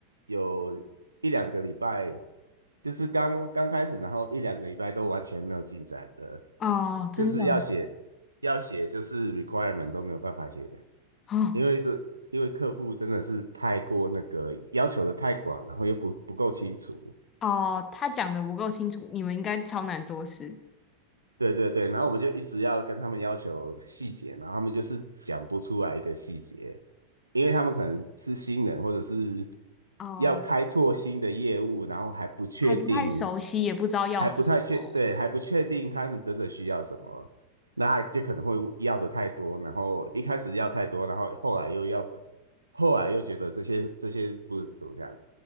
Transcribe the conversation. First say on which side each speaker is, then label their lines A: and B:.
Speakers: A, on the right; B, on the left.
A: 有一两个礼拜，就是刚刚开始，然后一两个礼拜都完全没有进展的，
B: 哦，真的
A: 就是要写要写，就是 requirement 都没有办法写，
B: 哦
A: 因为这因为客户真的是太过那个要求的太广，然后又不不够清楚，
B: 哦，他讲的不够清楚，你们应该超难做事
A: 对对对，然后我们就一直要跟他们要求细节，然后他们就是讲不出来一个细节，因为他们可能是新人，或者是
B: 哦，
A: 要开拓新的业务，然后还不确定，
B: 还不太熟悉，也不知道要什么。
A: 还不太确，对，还不确定他们真的需要什么，那就可能会要的太多，然后一开始要太多，然后后来又要不，后来又觉得这些这些不怎么讲，